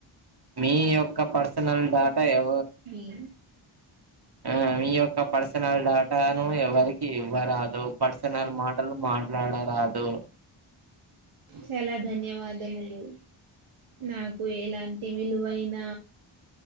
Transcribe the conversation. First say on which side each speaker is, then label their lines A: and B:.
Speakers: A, on the right; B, on the right.
A: మీ యొక్క పర్సనల్ డాటా ఏవో
B: ఎ
A: ఆ మీ యొక్క పర్సనల్ డేటాను ఎవరికి ఇవ్వరాదు పర్సనల్ మాటలు మాట్లాడరాదు
B: చాలా ధన్యవాదములు నాకు ఎలాంటి విలువైన